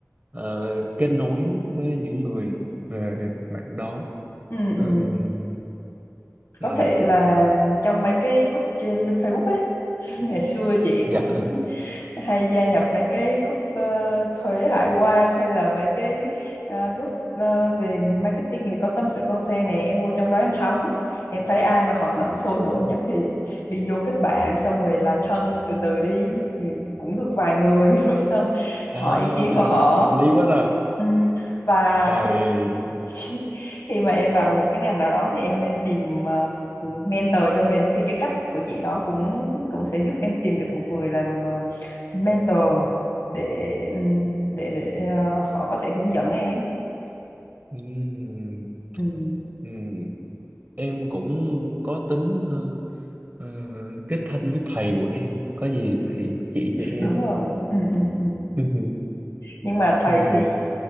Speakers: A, on the right; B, on the left.
A: ờ, kết nối với những người về mạng đó
B: ừ,
A: Ừm,
B: ừ. Có
A: ừm,
B: thể là trong mấy cái group trên Facebook ấy <laughs> ngày xưa chị
A: dạ
B: cũng hay gia nhập mấy cái group ờ, thuế hải quan hay là mấy cái ờ, group ờ, về marketing thì có tâm sự con xe nè em vô trong đó em hóng em thấy ai mà hoạt động sôi nổi
A: <laughs>
B: nhất thì đi vô kết bạn xong rồi làm thân từ từ đi thì cũng được vài người <laughs> rồi xong
A: oh
B: hỏi ý kiến của họ
A: hợp lý quá là
B: Ừ. Và
A: Ôi,
B: khi <laughs> khi, khi mà em vào một cái ngành nào đó thì em nên tìm ờ, một mentor cho mình thì cái cách của chị đó cũng cũng sẽ giúp em tìm được một người làm ờ, mentor để để để ờ, họ có thể hướng dẫn em
A: ừm,
B: ừ,
A: ừm. em cũng có tính ờ, ờ, kết thân với thầy của em có gì thầy chỉ cho em
B: đúng rồi ừ, ừ, ừ.
A: <laughs>
B: nhưng mà thầy
A: ừ,
B: thì